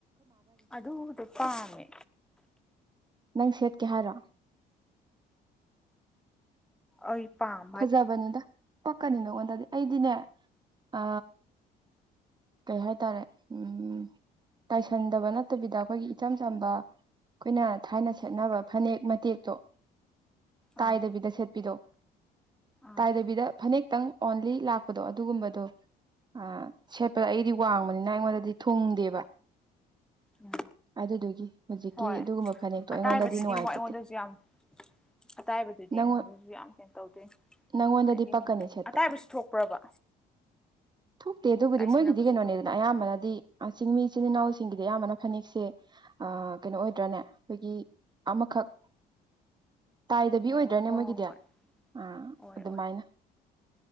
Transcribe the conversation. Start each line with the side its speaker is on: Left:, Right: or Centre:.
Centre: ꯑꯗꯨꯗꯣ ꯄꯥꯝꯃꯦ
Right: ꯅꯪ ꯁꯦꯠꯀꯦ ꯍꯥꯏꯔꯣ
Centre: ꯑꯩ ꯄꯥꯝ
Right: ꯐꯖꯕꯅꯤꯗ ꯄꯛꯀꯅꯤ ꯅꯉꯣꯟꯗꯗꯤ ꯑꯩꯗꯤꯅꯦ ꯑ ꯀꯩ ꯍꯥꯏꯇꯥꯔꯦ ꯎ ꯇꯥꯏꯁꯟꯗꯕ ꯅꯠꯇꯕꯤꯗ ꯑꯩꯈꯣꯏꯒꯤ ꯏꯆꯝ ꯆꯝꯕ ꯑꯩꯈꯣꯏꯅ ꯊꯥꯏꯅ ꯁꯦꯠꯅꯕ ꯐꯅꯦꯛ ꯃꯇꯦꯛꯇꯣ ꯇꯥꯏꯗꯕꯤꯗ
Centre: ꯑꯥ
Right: ꯁꯦꯠꯄꯤꯔꯣ
Centre: ꯑꯥ
Right: ꯇꯥꯏꯗꯕꯤꯗ ꯐꯅꯦꯛꯇꯪ ꯑꯣꯟꯂꯤ ꯂꯥꯛꯄꯗꯣ ꯑꯗꯨꯒꯨꯝꯕꯗꯣ ꯑꯥ ꯁꯦꯞ ꯑꯩꯗꯤ ꯋꯥꯡꯕꯅꯤꯅ ꯑꯩꯉꯣꯟꯗꯗꯤ ꯊꯨꯡꯗꯦꯕ
Centre: ꯎꯝ
Right: ꯑꯗꯨꯗꯨꯒꯤ ꯍꯧꯖꯤꯛꯀꯤ
Centre: ꯍꯣꯏ
Right: ꯑꯗꯨꯒꯨꯝꯕ ꯐꯅꯦꯛꯇꯣ
Centre: ꯑꯇꯥꯏꯕꯗꯨꯗꯤ
Right: ꯑꯩꯉꯣꯟꯗꯗꯤ ꯅꯨꯡꯉꯥꯏꯖꯗꯦ
Centre: ꯑꯃꯨꯛ ꯑꯩꯉꯣꯟꯗꯁꯨ ꯌꯥꯝ ꯑꯇꯥꯏꯕꯗꯨꯗꯤ
Right: ꯅꯪꯉꯣꯟ
Centre: ꯑꯩꯉꯣꯟꯗꯁꯨ ꯌꯥꯝ ꯀꯦꯟꯅ ꯇꯧꯗꯣꯏ
Right: ꯅꯪꯉꯣꯟꯗꯗꯤ
Centre: ꯍꯥꯏꯗꯤ
Right: ꯄꯛꯀꯅꯤ
Centre: ꯑꯃꯨꯛ
Right: ꯁꯦꯠꯄ
Centre: ꯑꯇꯥꯏꯕꯁꯨ ꯊꯣꯛꯄ꯭ꯔꯕ
Right: ꯊꯣꯛꯇꯦ ꯑꯗꯨꯕꯨꯗꯤ
Centre: ꯇꯥꯏꯁꯟꯅꯕꯁꯨ
Right: ꯃꯣꯏꯒꯤꯗꯤ ꯀꯩꯅꯣꯅꯦꯗꯅ
Centre: ꯊꯣꯛꯄ꯭ꯔꯥ
Right: ꯑꯌꯥꯝꯕ ꯑꯌꯥꯝꯕꯅꯗꯤ ꯆꯤꯡꯃꯤꯆꯤꯟ ꯏꯅꯥꯎꯁꯤꯡꯒꯤꯗꯤ ꯑꯌꯥꯝꯕꯅ ꯐꯅꯦꯛꯁꯦ ꯀꯩꯅꯣ ꯑꯣꯏꯗ꯭ꯔꯥꯅꯦ ꯑꯩꯈꯣꯏꯒꯤ ꯑꯃꯈꯛ ꯇꯥꯏꯗꯕꯤ
Centre: ꯑꯣ
Right: ꯑꯣꯏꯗ꯭ꯔꯅꯦ
Centre: ꯍꯣꯏ
Right: ꯃꯣꯏꯒꯤꯗꯤ
Centre: ꯍꯣꯏ
Right: ꯑꯥ
Centre: ꯍꯣꯏ
Right: ꯑꯗꯨꯃꯥꯏꯅ
Centre: ꯑꯣꯏ